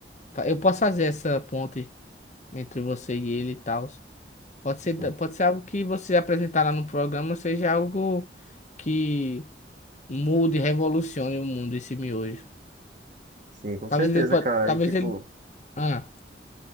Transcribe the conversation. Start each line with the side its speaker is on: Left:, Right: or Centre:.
Left: fa- eu posso fazer essa ponte entre você e ele e tal, pode ser,
Right: Sim.
Left: da- pode ser algo que você apresentar lá no programa, seja algo que mude, revolucione o mundo, esse miojo,
Right: Sim, com
Left: talvez
Right: certeza,
Left: ele pode,
Right: cara.
Left: talvez
Right: Aí, tipo,
Left: ele, ah.